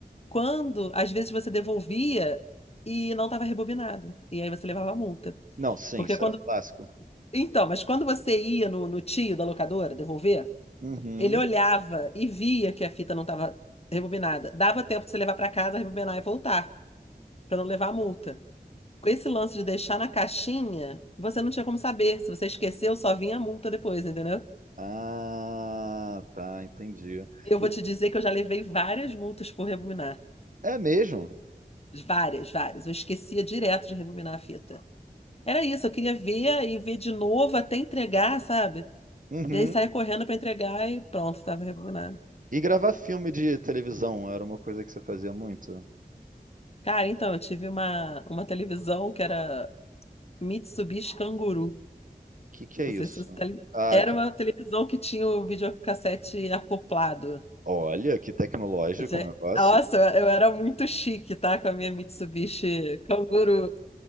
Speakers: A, on the left (about 40°); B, on the right (about 55°).
A: quando, às vezes, você devolvia e não estava rebobinado. E aí você levava a multa.
B: Não, sim,
A: Porque
B: isso
A: quando.
B: era um clássico.
A: Então, mas quando você ia no, no tio da locadora devolver.
B: Uhum.
A: Ele olhava e via que a fita não estava rebobinada. Dava tempo de você levar para casa, rebobinar e voltar, para não levar a multa. Com esse lance de deixar na caixinha, você não tinha como saber. Se você esqueceu, só vinha a multa depois, entendeu?
B: Ah, tá, entendi.
A: E eu
B: E-
A: vou te dizer que eu já levei várias multas por rebobinar.
B: é mesmo?
A: Várias, várias. Eu esquecia direto de rebobinar a fita. Era isso, eu queria ver e ver de novo até entregar, sabe?
B: Uhum.
A: E aí saía correndo para entregar e pronto, estava rebobinado.
B: E gravar filme de televisão era uma coisa que você fazia muito? O
A: Cara, então, eu tive uma, uma televisão que era Mitsubishi Kanguru.
B: que que é
A: Não
B: isso?
A: sei se você tá ligado.
B: Ah,
A: Era uma televisão que tinha o videocassete acoplado.
B: Olha, que tecnológico
A: Já-
B: o
A: é,
B: negócio.
A: Nossa, eu era muito chique, tá? Com a minha Mitsubishi Kangoo.